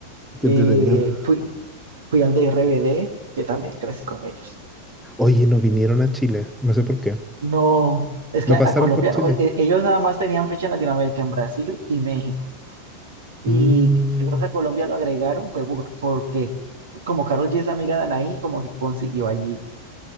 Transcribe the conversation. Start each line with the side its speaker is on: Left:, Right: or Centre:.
Centre: Qué
Right: Eh,
Centre: entretenido.
Right: fui, fui al de RBD, que también crecí con ellos.
Centre: Oye, no vinieron a Chile. No sé por qué.
Right: No, es
Centre: No
Right: que a,
Centre: pasaron
Right: a Colombia,
Centre: por Chile.
Right: no, e- ellos nada más tenían fecha en Latinoamérica, en Brasil y México. Y
Centre: Mm,
Right: yo creo que a Colombia lo agregaron fue por- porque como Karol G es amiga de Anaí, como que consiguió allí